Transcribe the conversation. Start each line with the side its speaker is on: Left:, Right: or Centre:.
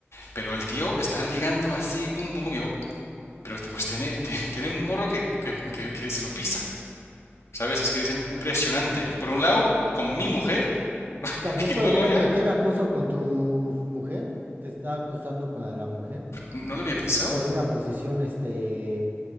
Left: Pero el tío está ligando así, bum, bum, bum. yo, pero pues tiene, tiene un morro que, que- que- que se lo pisa. ¿Sabes? Es que es impresionante. Por un lado, con mi mujer, <laughs>
Right: También
Left: y
Right: podrías
Left: luego ya,
Right: meter acoso con tu mujer, te está acosando con la mujer
Left: no lo había pensado.
Right: por una posición, este,